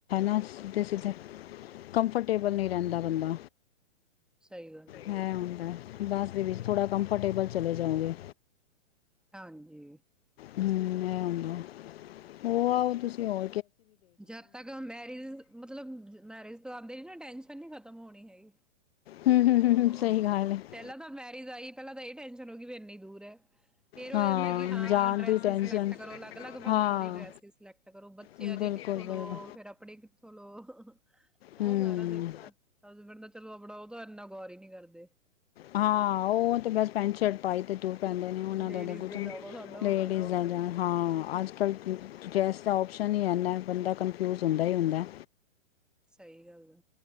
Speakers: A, on the left; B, in the centre.
A: ਹੈ। ਸਿੱਧੇ ਸਿੱਧੇ ਕੰਮਫਰਟ ਟੇਬਲ ਨਹੀਂ ਰਹਿੰਦਾ
B: ਹੂੰ
A: ਬੰਦਾ
B: ਸਹੀ ਗੱਲ
A: ਹੈ ਹੁੰਦਾ ਬੱਸ ਦੇ ਵਿੱਚ ਥੋੜ੍ਹਾ ਕੰਫਰਟੇਬਲ ਚਲੇ ਜਾਓਗੇ।
B: ਹਾਂਜੀ!
A: ਹਮ ਇਹ ਆਦਾ ਉਹ ਆਓ, ਤੁਸੀਂ ਹੋ
B: ਜੱਦ ਤੱਕ ਮੈਰਿਜ ਮਤਲਬ ਮੈਰਿਜ ਆਂਦੇ ਨ ਨਾ ਟੈਨਸ਼ਨ ਨੀ ਖਤਮ ਹੋਣੀ ਹੈਗੀ।
A: ਹਮ ਹਮ ਹਮ
B: ਹ
A: ਹਮ ਸਹੀ ਗੱਲ ਹੈ
B: ਪਹਿਲਾਂ ਤਾਂ ਮੈਰਿਜ ਆਈ ਪਹਿਲਾਂ ਤਾਂ ਇਹ ਟ ਚਲੋਗੀ ਵੀ ਇੰਨੀ ਦੂਰ ਹੈ। ਫੇਰ
A: ਹਾਂ
B: ਉਹ ਕਹਿੰਦਾ ਕਿ, ਹਾਂ
A: ਜਾਣ
B: ਡਰੈਸ
A: ਦੀ ਟੈਨਸ਼ਨ
B: ਸਿਲੈਕਟ ਕਰੋ ਅਲੱਗ, ਅਲੱਗ, ਫੰਕਸ਼ਨ
A: ਹਾਂ
B: ਲਈ ਡਰੈਸ ਸਿਲੈਕਟ ਕਰੋ ਬੱਚਿਆਂ
A: ਬਿਲਕੁਲ
B: ਦੇ ੳ
A: ਬਿਲਕੁਲ
B: ਫੇਰ ਆਪਣੇ ਚਥਲੋ ਉਹ
A: ਹਮ
B: ਸਾਰਾ ਦੇਖਣਾ ਹਸਬੈਂਡ ਦਾ ਚਲੋ ਆਪਣਾ ਉਹਦਾ ਇੰਨਾ ਗੌਰ ਹੀ ਨੀ ਕਰਦੇ।
A: ਹਾਂ, ਉਹ ਤੇ ਬਸ ਪੈਂਟ ਸ਼ਰਟ ਪਾਈ ਤੇ ਤ ਪੈਂਦੇ ਨੇ ਉਹਨਾਂ
B: ਲੇਡੀਜ਼
A: ਦਾ ਕੁ
B: ਜ਼ਿਆਦਾ ਸਾਡਾ
A: ਲੇਡੀਜ਼
B: ਹੋ ਜਾਂਦਾ
A: ਦਾ ਹਾਂ ਅੱਜ ਡੈ੍ਸ ਦਾ ਕੁਛ ਨਹੀਂ ਇ ਬੰਦਾ ਕਨਫਿਊਜ ਹੁੰਦਾ ਹੀ ਹੁੰਦਾ।
B: ਸਹੀ ਗੱਲ ਆ